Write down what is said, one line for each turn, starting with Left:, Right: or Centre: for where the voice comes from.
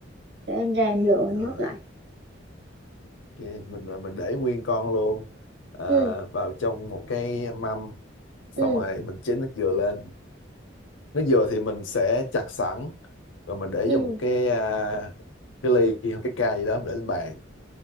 Right: để em ra em lựa
Left: ờ,
Right: nốt lại
Left: Cái mình là mình để nguyên con luôn ờ,
Right: ừ
Left: vào trong một cái mâm xong
Right: ừ
Left: rồi mình chế nước dừa lên nước dừa thì mình sẽ chặt sẵn rồi mình để
Right: ừ
Left: vô một cái à, cái ly hoặc cái ca gì đó mình để lên bàn